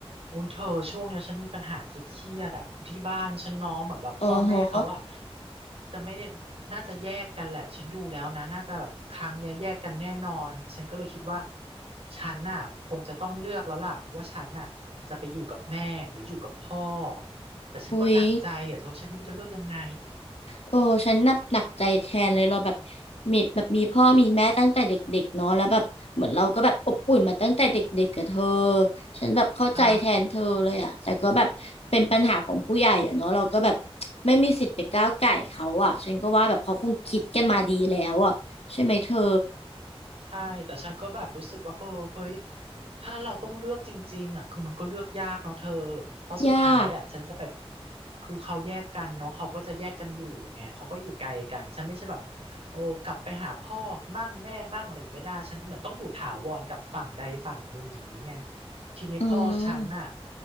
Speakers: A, on the right; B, on the left.
A: โอ้ยเธอช่วงเนี้ยฉันมีปัญหาคิดเครียดๆอะคือที่บ้านฉันเน้องเหมือนแบบพ่อแม่เขาอะ
B: โออฮะ
A: จะไม่ได้น่าจะแยกกันแหละฉันดูแล้วนะน่าจะแบบครั้งเนี้ยแยกกันแน่นอนฉันก็เลยคิดว่าฉันน่ะคงจะต้องเลือกแล้วล่ะว่าฉันน่ะจะไปอยู่กับแม่หรืออยู่กับพ่อแต่ฉันก็หนักใจอะเธอฉันไม่รู้จะเลือกยังไง
B: อุ๊ยเออฉันนับหนักใจแทนเลยเราแบบมีแบบมีพ่อมีแม่ตั้งแต่เด็กๆเนาะแล้วแบบเหมือนเราก็แบบอบอุ่นมาตั้งแต่เด็กๆกับเธอฉันแบบเข้าใจแทนเธอเลยอะแต่ก็แบบเป็นปัญหาของผู้ใหญ่อะเนาะเราก็แบบ
A: ใช่
B: ไม่มีสิทธิ์ไปก้าวก่ายเขาอะฉันก็ว่าแบบเขาคงคิดกันมาดีแล้วอะใช่ไหมเธอ
A: ใช่ แต่ฉันก็แบบรู้สึกว่าเออเฮ้ยถ้าเราต้องเลือกจริงๆอ่ะคือมันก็เลือกยากเนาะเธอเพราะสุดท้ายอ่ะฉันจะแบบ
B: ยาก
A: คือเขาแยกกันเนาะเขาก็จะแยกกันอยู่ไงเขาก็อยู่ไกลกันฉันไม่ใช่แบบโอ้กลับไปหาพ่อมั่งแม่มั่งอะไรอย่างงี้ไม่ได้ฉันเหมือนต้องอยู่ถาวรกับฝั่งใดฝั่งหนึ่งอย่างนี้ไง ทีนี้พ่อฉันน่ะ
B: อืม